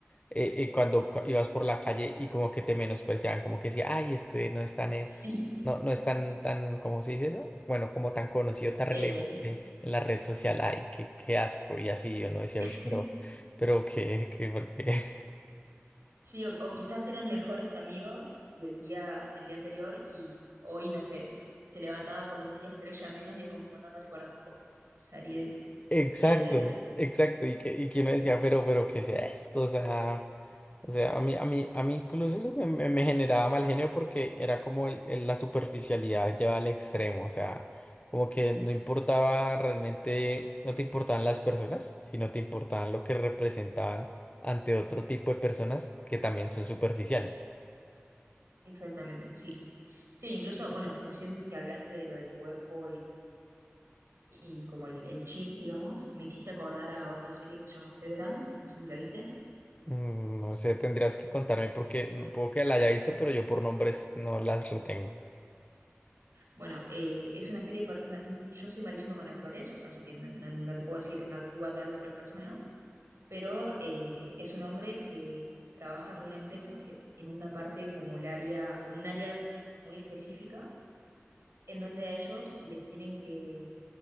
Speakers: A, on the left (about 30°); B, on the right (about 70°).
A: eh, eh, cuando ca- ibas por la calle y como que te menospreciaban, como que decía, ay, este no es tan, en-
B: sí.
A: no, no es tan, tan, ¿cómo se dice eso? Bueno, como tan conocido, tan relevante
B: eh,
A: en la red social, ay, qué, qué asco, y así yo no decía,
B: <laughs>
A: "Uy, pero, pero qué, qué, por qué?".
B: Sí, o, o quizás eran mejores amigos y el día, el día anterior y hoy, no sé, se levantaba con media estrella menos y es como, no, no te conozco. Salí de...
A: Exacto,
B: eh,
A: exacto, y que, y que
B: sí,
A: uno decía, pero, pero, ¿qué es esto? O sea, o sea, a mí, a mí, a mí incluso eso me, me- me generaba mal genio porque era como el- el- la superficialidad llevada al extremo, o sea, como que no importaba realmente, no te importaban las personas, sino te importaban lo que representaban ante otro tipo de personas que también son superficiales.
B: exactamente, sí. Sí, incluso, bueno, recién que hablaste de lo del cuerpo y, y como el, el chip, digamos, me hiciste acordar a otra serie que se llama Severance, no sé si la viste.
A: Mm, No sé, tendrías que contarme porque no puedo que la haya visto, pero yo por nombres no las retengo.
B: Bueno, eh, es una serie, per- no- no- yo soy malísimo con actores, así que no, no- no te puedo decir actúa tal o cual persona, pero eh, es un hombre que trabaja en una empresa, que, en una parte como el área, como un área muy específica, en donde a ellos les tienen que,